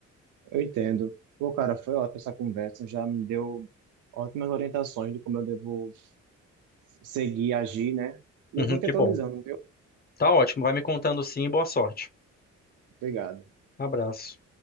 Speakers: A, on the right; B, on the left.
A: Eu entendo. Pô, cara, foi ótima essa conversa, já me deu ótimas orientações de como eu devo seguir, agir, né? E
B: Uhum,
A: eu vou te
B: que
A: atualizando,
B: bom.
A: viu?
B: Tá ótimo. Vai me contando sim. Boa sorte.
A: Obrigado.
B: Abraço.